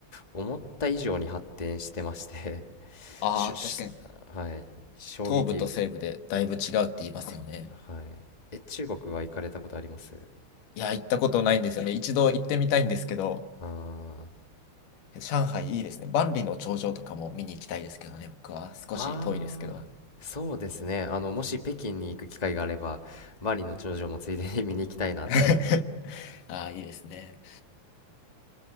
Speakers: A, on the left (about 20°); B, on the left (about 90°).
A: 思った以上に発展してまして <laughs>
B: ああー、
A: ししはい衝撃
B: 確かに東部と西部でだいぶ違うって言いますよね。
A: はいえ中国は行かれたことあります
B: いや、行ったことないんですよね。一度行ってみたいんですけど、
A: あー
B: 上海いいですね。万里の長城とかも見に行きたいですけどね、僕は。少し遠いですけど。
A: あーそうですねあのもし北京に行く機会があれば万里の長城もついでに見に行きたいなって
B: <laughs> ああ、いいですね。